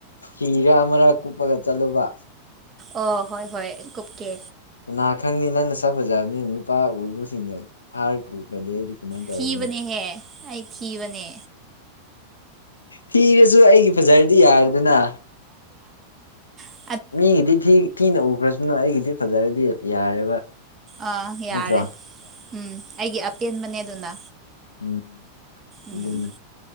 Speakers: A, on the left; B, on the right.
A: ꯍꯤꯔ ꯑꯃꯔꯛ ꯀꯨꯞꯄꯒ ꯆꯠꯂꯨꯕ
B: ꯑꯣ ꯍꯣꯏ ꯍꯣꯏ ꯀꯨꯞ ꯀꯦ
A: ꯀꯅꯥ ꯈꯪꯅꯤ ꯅꯪꯅ ꯆꯥꯛꯄꯖꯕꯅꯤꯅ ꯅꯨꯄꯥ ꯎꯕꯁꯤꯡꯅ ꯐꯥꯔꯒ ꯄꯨꯈ꯭ꯔꯗꯤ ꯑꯩꯗꯤ ꯀꯃꯥꯏꯅ ꯇꯧꯔꯤꯅꯤ
B: ꯊꯤꯕꯅꯦꯍꯦ ꯑꯩ ꯊꯤꯕꯅꯦ
A: ꯊꯤꯔꯁꯨ ꯑꯩꯒꯤ ꯐꯖꯔꯗꯤ ꯌꯥꯔꯦꯗꯅ
B: ꯦ
A: ꯃꯤꯒꯤꯗꯤ ꯊꯤ ꯊꯤꯅ ꯎꯈ꯭ꯔꯁꯨꯅ ꯑꯩꯒꯤꯗꯤ ꯐꯖꯔꯗꯤ ꯌꯥꯔꯦꯕ
B: ꯑꯥ ꯌꯥꯔꯦ
A: ꯅꯠꯇ꯭ꯔꯣ
B: ꯎꯝ ꯑꯩꯒꯤ ꯑꯄꯦꯟꯕꯅꯦ ꯑꯗꯨꯅ
A: ꯎꯝ
B: ꯎꯝ
A: ꯑꯦꯗꯅꯤꯦ